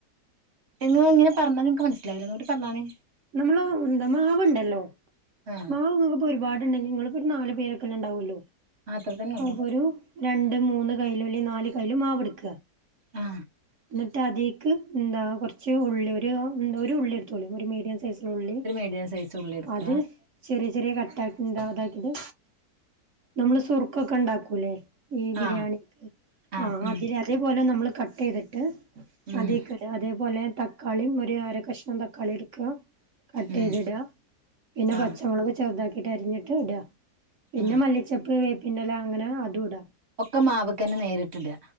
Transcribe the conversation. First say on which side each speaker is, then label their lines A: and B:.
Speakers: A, on the right; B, on the right.
A: നിങ്ങള് എങ്ങനെ പറഞ്ഞത് ഇൻക്ക് മനസിലായില്ല ഒന്നൂടെ പർഞ്ഞാണി
B: നമ്മള് ന്താ മാവ്ണ്ടല്ലോ
A: ആ
B: മാവ് ഇങ്ങക്ക്‌ ഒരു പാടുണ്ടെങ്കി ഇങ്ങള് ഒരു നാലു പേരക്കെല്ലേ ഇണ്ടാവുല്ലു
A: അത്ര തന്നെ ഉള്ളു
B: അപ്പൊ ഒരു രണ്ട്, മൂന്ന് കയ്യിലോല്ലെ നാല് കയ്ല് മാവെട്ക്ക
A: ആ
B: ഇന്നട്ട് അതീക്ക് എന്താ കൊർച്ച് ഉള്ളി ഒരു ന്താ ഒരു ഉള്ളി എടുത്തോളി ഒരു മീഡിയം സെ ന്നുള്ളി
A: ഒരു മീഡിയം സൈസ് ഉള്ളി എടുക്കുക
B: അത് ചെറിയ ചെറിയ കട്ടാക്കിണ്ടതാക്കിട്ട് നമ്മള് സുർക്കൊക്കെ ഇണ്ടാക്കൂലെ ഈ ബിരിയാണിക്ക്
A: ആ ആ
B: ആഹ്
A: ഉം
B: അതില് അതേ പോലെ നമ്മള് കട്ടയ്തിട്ട്
A: ഉം
B: അതീക്വല് അതെ പോലെ തക്കാളീം ഒരു അര കഷ്ണം തക്കാളി എട്ക്ക കട്ടെയ്ത്ടാ
A: ഉം
B: പിന്നെ
A: ആ
B: പച്ചമുളക് ചെറുതാക്കിട്ട് അരിഞ്ട്ട് ഇടാ പിന്നെ
A: ആ
B: മല്ലിച്ചെപ്പ് വേപ്പിന്റെല അങ്ങനെ അതു ടാ
A: ഒക്കെ മാവ്ക്കെന്നെ നേരിട്ട്ടാ